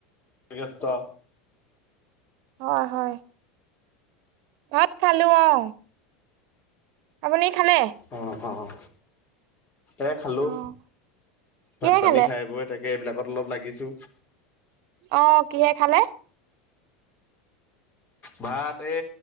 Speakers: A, on the left (about 35°); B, on the right (about 60°).
A: ব্যস্ত
B: হয়-হয়। ভাত খালো অ'। আপুনি খালে।
A: অ অ' এ খালো,
B: অ'
A: ভাত
B: কিহে
A: পানী
B: খালে?
A: খাই বই তাক সেই এইবিলাকত অলপ লাগিছো।
B: অ' কিহে খালে।
A: ভাত এ